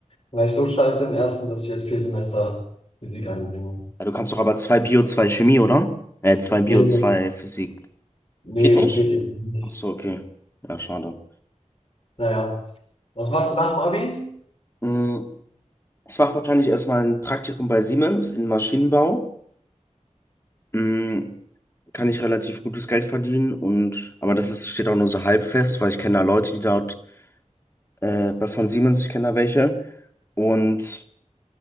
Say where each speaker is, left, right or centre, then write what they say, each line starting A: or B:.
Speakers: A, on the left; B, on the left.
A: war ich so scheiße im ersten, dass ich jetzt vier Semester Physik einbringe.
B: du kannst doch aber zwei Bio, zwei Chemie, oder? Äh, zwei Bio,
A: Nee,
B: zwei Physik.
A: nee,
B: Geht
A: das
B: nicht?
A: geht eben nicht.
B: Ach so, okay. Ja, schade.
A: Naja, was machst du nach dem Abi?
B: Mm, Ich mache wahrscheinlich erstmal ein Praktikum bei Siemens in Maschinenbau. Mm, Kann ich relativ gutes Geld verdienen und aber das ist, steht auch nur so halb fest, weil ich kenne da Leute, die dort äh, bei- von Siemens, ich kenne da welche. Und